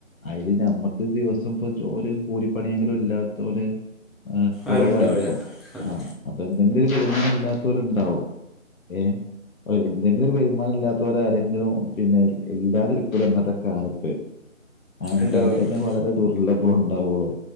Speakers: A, on the left; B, in the centre.
A: അയില് ഞമ്മക്ക് ദിവസം ഇപ്പ ജോ ഒരു കൂലിപ്പണിയെങ്കിലും ഇല്ലാത്തോര് ആ കൊറവായിരിക്കും
B: ആരും ഉണ്ടാവില്ല അത്
A: ആ അപ്പൊ എന്തെങ്കിലും ഒരു വരുമാനം ഇല്ലാത്തവരുണ്ടാവോ ഏ ര് എന്തെങ്കിലും ഒരു വരുമാനം ഇല്ലാത്തോരാരെങ്കിലും പിന്നെ ഇല്ലാതിരിക്കൂല ഇന്നത്തെ കാല ത്ത് അത് ഉണ്ടെങ്കി
B: ഉണ്ടാവുന്നുണ്ട്
A: തന്നെ വളരെ ദുർലഭം ഉണ്ടാവുള്ളു